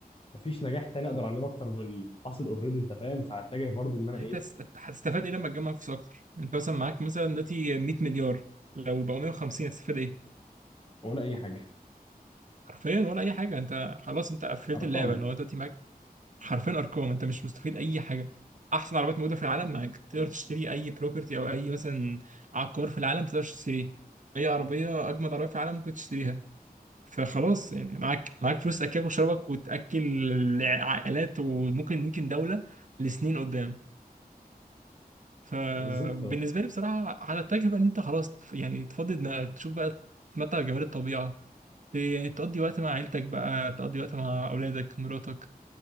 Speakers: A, on the left (about 35°); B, on the right (about 55°).
A: مفيش نجاح تاني اقدر اعمله اكتر من اللي حاصل اوريدي انت فاهم فهتجه برضه ان انا
B: يعني
A: ايه
B: انت هتست- هتستفاد ايه لما تجمع فلوس اكتر انت مثلا معاك مثلا دلوقتي 100 مليار لو بقوا 150 هتستفاد ايه
A: ولا اي حاجة
B: حرفيا ولا اي حاجه انت خلاص انت قفلت
A: ارقام
B: اللعبه ان هو دلوقتي معاك حرفيا ارقام انت مش مستفيد اي حاجه احسن عربيات موجوده في العالم معاك تقدر تشتري اي بروبرتي او اي مثلا عقار في العالم تقدر تشتريه اي عربيه اجمد عربيه في العالم ممكن تشتريها فخلاص يعني معاك معاك فلوس تاكلك وشربك وتاكل عائلات وممكن يمكن دوله لسنين قدام فبالنسبه
A: آه، بالظبط آه،
B: لي بصراحه على التجربه ان انت خلاص يعني تفضي دماغك تشوف بقى تتمتع بجمال الطبيعه ت- يعني تقضي وقت مع عيلتك بقى تقضي وقت مع اولادك مراتك